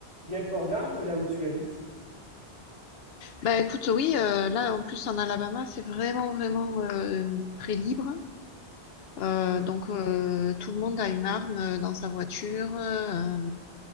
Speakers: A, on the right (about 40°); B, on the left (about 65°).
A: Il y a le port d'armes là où tu habites?
B: Bah écoute, oui, euh, là en plus en Alabama, c'est vraiment vraiment euh, très libre. Euh, donc euh, tout le monde a une arme euh, dans sa voiture. euh,